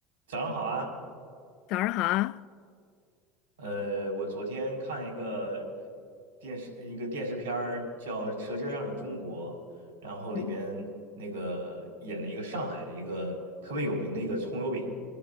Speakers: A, on the right; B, on the left.
A: 早上好啊，
B: 早上好啊，
A: 呃，我昨天看一个电视一个电视片儿叫《舌尖上的中国》，然后里边那个演了一个上海的一个特别有名的一个葱油饼，
B: 嗯，